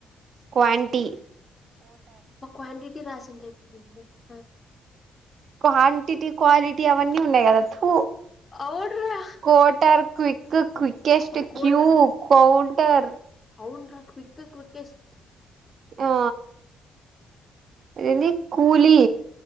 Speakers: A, on the right (about 55°); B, on the left (about 25°).
A: క్వాంటీ
B: క్వాంటిటీ రాసిం <unintelligible>
A: క్వాంటిటీ, క్వాలిటీ అవన్నీ ఉన్నయి కదా తూ
B: అవునురా
A: కోటర్, క్విక్, క్విికెస్ట్,
B: ఒక కోటర్
A: క్యూ కౌంటర్
B: అవునురా క్విక్, క్వికెస్ట్
A: ఆ ఇదేంది కూలీ